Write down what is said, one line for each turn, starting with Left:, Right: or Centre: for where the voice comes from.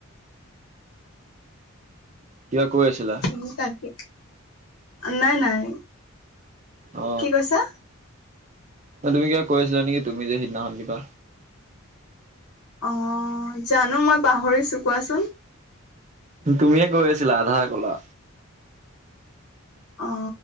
Right: কিবা কৈ আছিলা
Left: উ তাকে নাই নাই
Right: অ
Left: কি কৈছা
Right: তুমি কিবা কৈ আছা নেকি তুমি যে সিদিনাখন কিবা
Left: অ জানো মই পাহৰিছো কোৱাচোন
Right: তুমিয়ে কৈ আছিলা আধা কলা
Left: অ